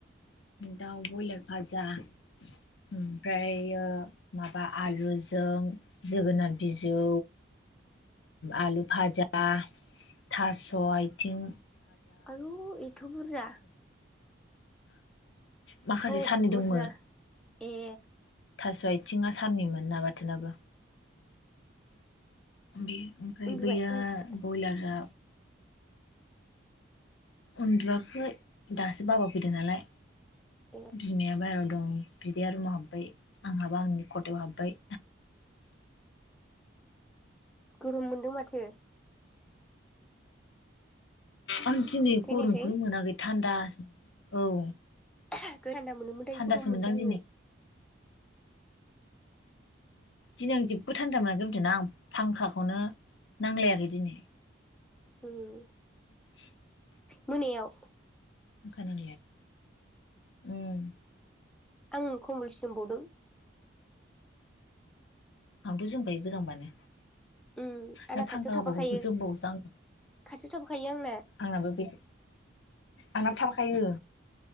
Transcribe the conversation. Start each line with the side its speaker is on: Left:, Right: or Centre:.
Left: दाव बयलार फाजा। ओमफ्रायो माबा आलुजों जोगोनार बिजौ आलु फाजा थास' आयथिं।
Centre: आयु एथ' बुरजा? एथ'
Left: माखासे साननै
Centre: बुरजा
Left: दंमोन
Centre: ए।
Left: थास' आयथिंआ साननिमोन ना बाथोनाबो। बे ओमफ्राय
Centre: उन्दुबाय
Left: बैया
Centre: मानसिफ्रा
Left: बयलारा उन्दुयाखै दासो बाबा फैदों नालाय।
Centre: ए
Left: बिमाया बाहेरायाव दं बिदाया रुमाव हाबबाय आंहाबो आंनि खथायाव हाब्बाय।
Centre: गोरोम मोनदों माथो।
Left: आं दिनै
Centre: खोनायाखै
Left: गरमखौनो मोनाखै थान्दासो औ
Centre: दहाय थान्दा मोनदोंमोन दाय
Left: थान्दासो
Centre: गरम
Left: मोनदां
Centre: मोनदों आङो।
Left: दिनै दिनै आं जेबो थान्दा <unintelligible> आं फांखाखौनो नांलायाखै दिनै
Centre: ओं
Left: <inaudible>
Centre: मोनायाव
Left: खानांनाया उम
Centre: आं कमबलसो जोमबावदों।
Left: आंथ' जोमखायो गोजांबानो
Centre: उम आंना
Left: ना
Centre: खाथियाव
Left: फांखा
Centre: थाफाखायो
Left: होबाबो जोमबावोसो आं।
Centre: खाथियाव थाफाखायो आंना।
Left: आंनाबो बे आंनाबो थाफाखायो।